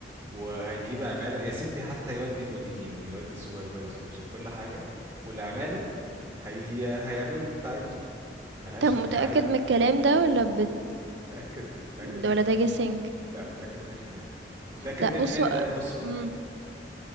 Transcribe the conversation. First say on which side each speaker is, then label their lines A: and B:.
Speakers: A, on the right (about 25°); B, on the right (about 75°).
A: وهيجيب عمالة يا ستي حتى يودي المديرين ويودي السوبرفايزرز وكل حاجة والعمالة هي هيعملوا اللي انت عايزه ملهاش
B: طب متأكد
A: ع- عادي
B: من الكلام ده والّا بت
A: متأكد متأكد
B: والّا
A: 100%
B: ده guessing؟
A: لا متأكد 100% متأكد
B: لأ
A: 100%
B: بُص
A: إن
B: هو
A: ده possible
B: إمم،